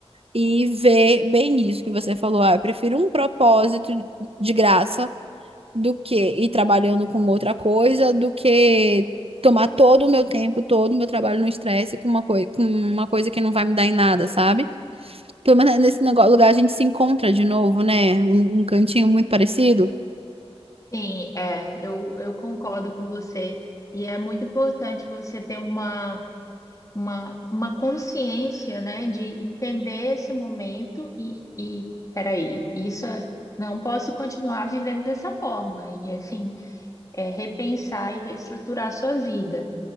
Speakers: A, on the right (about 65°); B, on the left (about 30°).
A: e ver bem isso que você falou. Ah, eu prefiro um propósito de graça do que ir trabalhando com outra coisa, do que tomar todo o meu tempo, todo o meu trabalho no estresse com uma coisa, com uma coisa que não vai me dar em nada, sabe? Pelo menos nesse negócio, lugar a gente se encontra de novo, né? Um, um cantinho muito parecido.
B: Sim, é, eu, eu concordo com você. E é muito importante você ter uma, uma, uma consciência, né, de entender esse momento e, e peraí, isso é- não posso continuar vivendo dessa forma. E assim, é, repensar e reestruturar a sua vida.